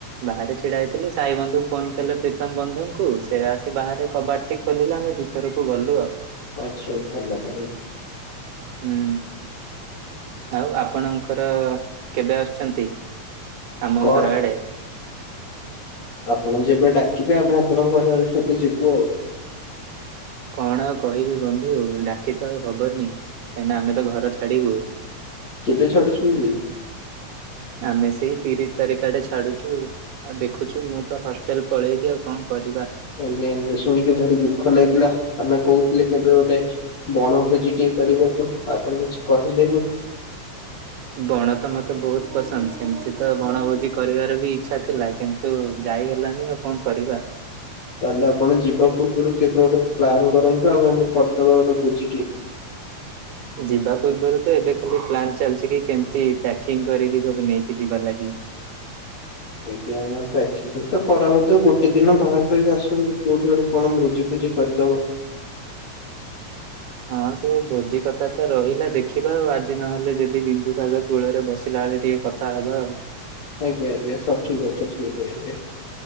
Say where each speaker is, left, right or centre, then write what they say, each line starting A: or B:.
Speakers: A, on the right; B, on the left.
A: ବାହାରେ ଛିଡା ହେଇଥିଲି ସାଇ ବନ୍ଧୁ ଫୋନ କଲେ ପ୍ରୀତମ ବନ୍ଧୁଙ୍କୁ ସେ ଆସି ବାହାରେ କବାଟ ଟି ଖୋଲିଲେ ଆମେ ଭି ଭିତର କୁ ଗଲୁ ଆଉ।
B: ଆଛା ଭଲ ଭଲ।
A: ହୁଁ ଆଉ ଆପଣଙ୍କର କେବେ ଆସୁଛନ୍ତି। ଆମ
B: କଣ
A: ଘର ଆଡେ।
B: ଆପଣ ଯେବେ ଡାକିବେ ଆମେ ଆପଣଙ୍କ ଘର ଘରେ ସେବେ ଯିବୁ ଆଉ।
A: କଣ ଆଉ କହିବି ବନ୍ଧୁ ଡାକି ତ ଆଉ ହବନି କାହିଁକିନା ଆମେ ତ ଘର ଛାଡିବୁ।
B: କେବେ ଛାଡୁଛନ୍ତି।
A: ଆମେ ସେଇ ତିରିଶ ତାରିଖ ଆଡେ ଛାଡୁଚୁ। ଆଉ ଦେଖୁଛୁ ମୁଁ ତ ହଷ୍ଟେଲ ପଳେଇବି ଆଉ କଣ କରିବା।
B: ଆଜ୍ଞା ଆଜ୍ଞା ଶୁଣିକି ଭାରି ଦୁଃଖ ଲାଗିଲା ଆମେ କହୁଥିଲେ କେବେ ଗୋଟେ। ବଣଭୋଜି ଟିଏ କରିବାକୁ ଆପଣ କିଛି କହିଲେନି।
A: ବଣ ତ ମୋତେ ବହୁତ ପସନ୍ଦ ସେମିତି ତ ବଣଭୋଜି କରିବାର ବି ଇଚ୍ଛା ଥିଲା କିନ୍ ନ୍ତୁ ଯାଇ ହେଲାନି ଆଉ କଣ କରିବା।
B: ତାହେଲେ ଆପଣ ଯିବା ପୂର୍ବରୁ କେବେ ଗୋଟେ ପ୍ଲାନ୍ କରନ୍ତୁ ଆମେ ନହେଲେ କରିଦବା ଗୋଟେ ଭୁଜିଟିଏ।
A: ଯିବା ପୂର୍ବରୁ ତ ଏବେ ଖାଲି ପ୍ଲାନ୍ ଚାଲିଛି କି କେମିତି ପ୍ୟାକିଂ କରିକି ସବୁ ନେଇକି ଯିବା ଲାଗି।
B: ଆଜ୍ଞା ହଁ ପ୍ୟାକି କିଂ ତ କରା ହଉଥିବ ଗୋଟେ ଦିନ ବାହାର କରିକି ଆସନ୍ତୁ କୋଉଠି ଗୋଟେ କଣ ଭୋଜି ଫୋଜି କରିଦବା।
A: ହଁ ସେ ଭୋଜି କଥା ତ ରହିଲା ଦେଖିବା ଆଉ ଆଜି ନହେଲେ ଯଦି ବିନ୍ଦୁସାଗର। କୂଳରେ ବସିଲା ବେଳେ ଟିକେ କଥା ହବା ଆଉ।
B: ଆଜ୍ଞା, ଆଜ୍ଞା, ସଠିକ୍ କଥାଟିଏ କହିଲେ।